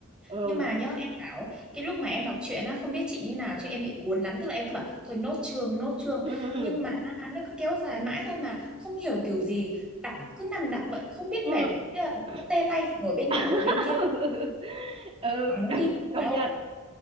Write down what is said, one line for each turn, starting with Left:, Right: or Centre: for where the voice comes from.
Right: Ừ.
Centre: Nhưng mà nhớ em bảo cái lúc mà em đọc truyện á không biết chị như nào chứ em bị cuốn lắm tức là em cứ bảo thôi nốt chương nốt chương
Right: Ừ ừ
Centre: nhưng mà nó cứ kéo dài mãi thôi mà không hiểu kiểu gì đọc cứ nằm đọc vậy không biết
Right: ừ.
Centre: mệt Thế là
Right: Ừ.
Centre: cứ tê tay thì đổi bên
Right: <laughs>
Centre: nọ đổi bên kia
Right: ừ
Centre: chẳng muốn
Right: <clears throat>
Centre: đi ở
Right: công
Centre: đâu
Right: nhận